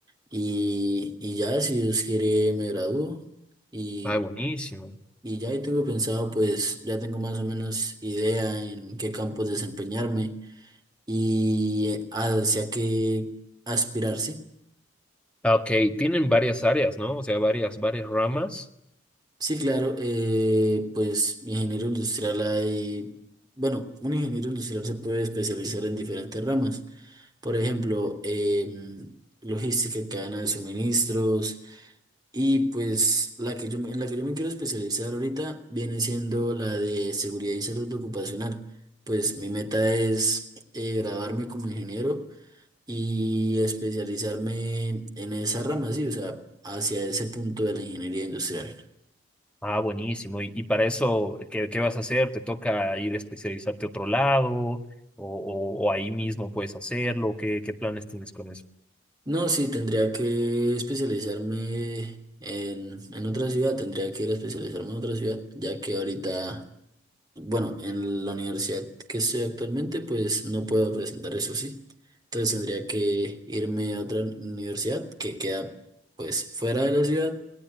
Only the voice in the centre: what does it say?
Ah, buenísimo.
Ah, ok, tienen varias áreas, ¿no? O sea, varias, varias ramas.
Ah, buenísimo. ¿Y, y para eso ¿qué, qué vas a hacer? ¿Te toca ir a especializarte a otro lado? ¿O, o- o ahí mismo puedes hacerlo? ¿Qué, qué planes tienes con eso?